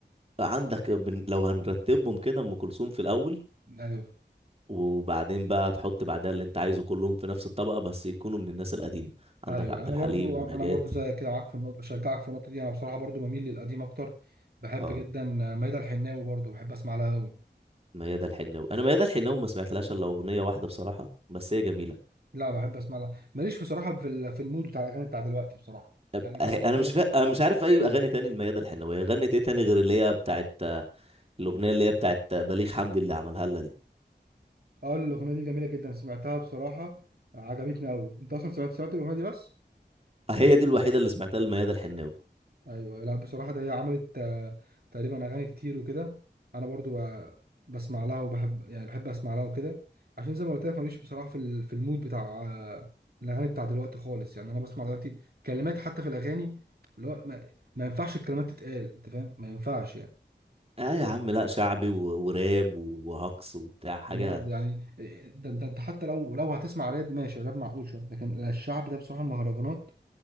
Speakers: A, on the right (about 35°); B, on the right (about 60°).
A: عندك بن- لو هنرتبهم كده ام كلثوم في الاول
B: ايوه
A: وبعدين بقى تحط بعدها اللي انت عايزه كلهم في نفس الطبقه بس يكونوا من الناس القديمه عندك
B: ايوه
A: عبد
B: انا
A: الحليم
B: برضو
A: ونجاة
B: انا برضو زيك كده معاك في النقطة بشجعك في النقطة دي انا بصراحة برضو بميل للقديم اكتر بحب
A: اه
B: جدا ميادة الحناوي برضو بحب اسمع لها قوي
A: ميادة الحناوي انا ميادة الحناوي ما سمعتلهاش الا اغنيه واحده بصراحه بس هي جميله
B: لا بحب اسمع لها ماليش بصراحه في ال- في المود بتاع الاغاني بتاع دلوقتي بصراحه
A: أب-
B: يعني بسمع
A: أه- انا
B: كده
A: مش فا... أنا مش عارف اي اغاني تاني لميادة الحناوي غنت ايه تاني غير اللي هي بتاعت الاغنيه اللي هي بتاعت بليغ حمدي اللي عملها لها دي
B: اه الاغنيه دي جميله جدا سمعتها بصراحه آه، عجبتني قوي انت اصلا سمعت سمعت الاغنيه دي بس
A: هي دي الوحيده اللي سمعتها لميادة الحناوي
B: ايوه لا بصراحه ده هي عملت آه، تقريبا اغاني كتير وكده انا برضو ب- بسمع لها وبحب يعني بحب اسمع لها وكده عشان زي ما قلت لك ماليش بصراحه في ال- في المود بتاع آه، الاغاني بتاع دلوقتي خالص يعني انا بسمع دلوقتي كلمات حتى في الاغاني اللي هو ما, ما ينفعش الكلمات تتقال انت فاهم ما ينفعش يعني
A: اه يا عم لا شعبي و... وراب وهقص وبتاع حاجه
B: بجد يعني ده ده انت حتى لو لو هتسمع راب ماشي راب معقول شويه لكن الشعب ده بصراحه مهرجانات